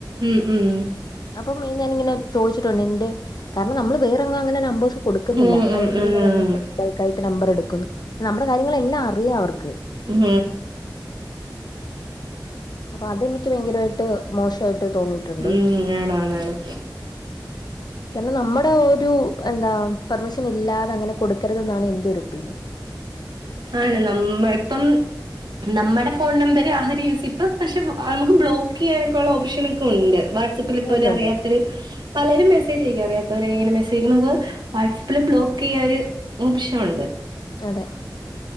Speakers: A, on the right; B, on the left.
A: ഉം ഉം
B: അപ്പം ഞാനിങ്ങനെ ചോയിച്ചിട്ടുണ്ട് എന്റെ കാരണം നമ്മള് വേറെങ്ങും അങ്ങനെ നമ്പേഴ്സ് കൊടുക്കുന്നില്ല
A: ഉം
B: അപ്പഴ
A: ഉം ഉം ആണ്.
B: ബൾക്കായിട്ട് നമ്പർ എടുക്കുന്നു നമ്മുടെ കാര്യങ്ങളെല്ലാം അറിയാം അവർക്ക്
A: ഉം
B: അപ്പൊ അതെനിക്ക് ഭയങ്കരമായിട്ട് മോശമായിട്ട് തോന്നിയിട്ടുണ്ട്
A: ഉം ആണാണാണ്. ആണ് ആണ്.
B: കാരണം നമ്മുടെ ഒരു എന്താ പെർമിഷൻ ഇല്ലാതെ അങ്ങനെ കൊടുക്കരുതെന്നാണ് എന്റെ ഒരു ഒപ്പീനിയൻ
A: ആണ് നമ്മ ഇപ്പം നമ്മുടെ ഫോൺ നമ്പര് ആരി യൂസ്പ്പം പക്ഷെ നമുക്ക് ബ്ലോക്ക് ചെയ്യാനൊക്കെള്ള ഓപ്ഷൻ ഒക്കെ ഉണ്ട് പ്പിൽ ഇപ്പോ
B: ഉണ്ടുണ്ട്
A: അറിയാത്തൊരു പലരും മെസേജ് അയക്കും അറിയാത്തവരക്കെങ്ങനെ മെസേജ് അയക്കുംമ്പോമക്ക് വാട്സആപ്പിൽ ബ്ലോക്ക് ചെയ്യാര് ഓപ്ഷനുണ്ട്
B: അതെ